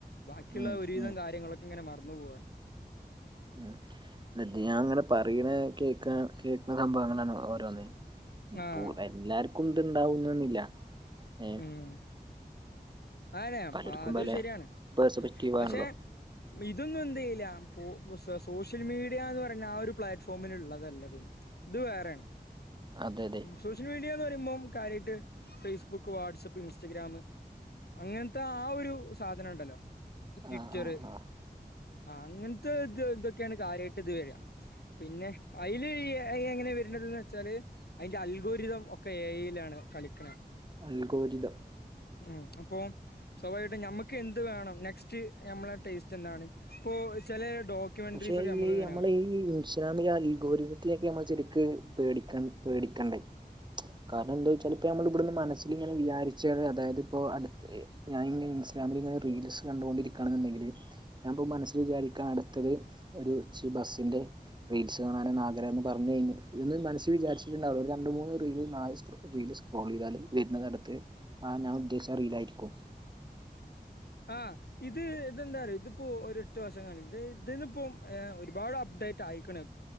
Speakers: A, on the left; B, on the right.
A: ബാക്കിയുള്ള
B: ഉം
A: ഒരുവിധം
B: ഉം
A: കാര്യങ്ങളൊക്കെ ഇങ്ങനെ മറന്നു പോകാണ്
B: മ് ത് ഇത് ഞാൻ അങ്ങനെ പറയണെ കേക്കാ കേക്കുന്ന സംഭവങ്ങളാണ് ഓരോന്ന് ഇത്പ്പോ
A: ആഹ്
B: എല്ലാർക്കും ഇത് ഇണ്ടാവുന്നന്നില്ല ഏ
A: ഉം അതെ ആ
B: പലർക്കും
A: അതും
B: പല
A: ശരിയാണ്
B: പേഴ്സ്പെക്റ്റീവ്
A: ഉം പക്ഷെ
B: ആണല്ലോ
A: ഇതൊന്നും എന്തെയ്യില്ല പേ സോഷ്യൽ മീഡിയാ എന്ന് പറഞ്ഞ ആ ഒരു പ്ലാറ്റ്ഫോമിൽ ഉള്ളതെല്ലാ ഇതൊന്നും ഇത് വേറെണ്
B: അതെ അതെ
A: സോഷ്യൽ മീഡിയാന്ന് പറയുമ്പം കാര്യമായിട്ട് ഫേസ്ബുക്ക് വാട്സ്ആപ്പ് ഇൻസ്റ്റാഗ്രാം അങ്ങനത്തെ ആ ഒരു സാധനം ഉണ്ടല്ലോ ട്വിറ്ററ്
B: ആഹ് ആഹ് ആഹ്
A: ആ അങ്ങനത്തെ ഇത് ഇതൊക്കെയാണ് കാര്യമായിട്ട് ഇത് വെര പിന്നെ അയില് ഈ അ ഐ എങ്ങനെ വരുന്നത് വെച്ചാല് അയിന്റെ അൽഗുരിതം ഒക്കെ എ ഐ യിലാണ് കളിക്കണെ
B: അൽഗോരിതം
A: ഉം അപ്പൊ സ്വാഭമായിട്ട് നമ്മുക്ക് എന്ത് വേണം നെസ്റ്റ് നമ്മളെ ടേസ്റ്റ് എന്താണ് ഇപ്പൊ ചില ഡോക്യൂമെന്ററീസ്
B: പക്ഷെ
A: ഒക്കെ നമുക്ക് ഇങ്ങനെ കാണാ
B: ഈ ഇൻസ്റ്റാഗ്രാമിലെ അൽഗോരിതത്തിലൊക്കെ നമ്മള് ശരിക്ക് പേടിക്ക പേടിക്കണ്ടേ കാരണം എന്താ വെച്ചാൽ ഇപ്പ നമ്മള് ഇവിടുന്ന് മനസ്സിൽ ഇങ്ങെ വിചാരിച്ചണ് അതായത് ഇപ്പോ ഞാനിങ്ങനെ ഇൻസ്റ്റാഗ്രാമില് ഇങ്ങനെ റീൽസ് കണ്ടു കൊണ്ടിരിക്കാണ് ഉണ്ടെങ്കില് ഞാനിപ്പോൾ മനസ്സിൽ വിചാരിക്കാണ്. ത്തത് ഒരു ഇച്ച് ബസ്സിൻ്റെ റീൽസ് കാണാനാഗ്രഹം ന്ന്. പറഞ്ഞു കഴിഞ്ഞ് ഇതൊന്നും മനസ്സിൽ വിചാരിച്ചിട്ടുണ്ടാവില്ല ഒരു രണ്ട് മൂന്ന്. വീഡിയോ നാല് വീഡിയോ സ്ക്രോൾ ചെയ്താൽ വരുന്നത് അടുത്ത് ആ ഞാൻ ഉദ്ദേശിച്ച റീൽ ആയിരിക്കുമോ?
A: ആ ഇത് ഇതെന്താറിയോ ഇതിപ്പോ ഒരു എട്ട് വർഷം ഇത് ഇതിന് ഇപ്പോ ഒരുപാട് അപ്ഡേറ്റ്. ആയിക്കണ്,